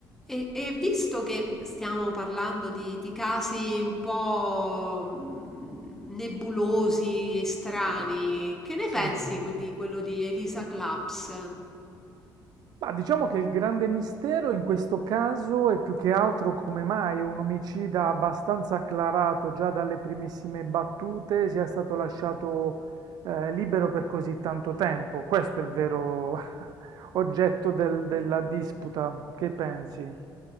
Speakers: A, in the centre; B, on the right.
A: E, e visto che stiamo parlando di, di casi un po' mh, nebulosi e strani, che ne Sì.
B: Sì.
A: pensi que- di quello di Elisa Claps?
B: Ma diciamo che il grande mistero in questo caso è più che altro come mai un omicida abbastanza acclarato già dalle primissime battute sia stato lasciato eh, libero per così tanto tempo. Questo è il vero <laughs> oggetto del- della
A: Mm, mm,
B: disputa.
A: mm.
B: Che pensi?